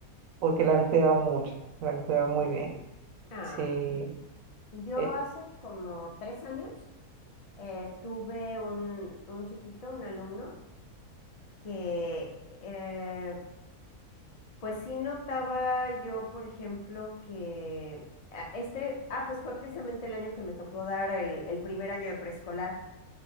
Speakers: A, on the right (about 70°); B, on the left (about 45°).
A: porque la han cuidado mucho, la han cuidado muy
B: Mm.
A: bien.
B: Ay,
A: Sí,
B: Yo
A: eh,
B: hace como tres años eh, tuve un, un chiquito, un alumno, que eh, Pues sí notaba yo, por ejemplo, que ah, este, ah, pues fue precisamente el año que me tocó dar el, el primer año de preescolar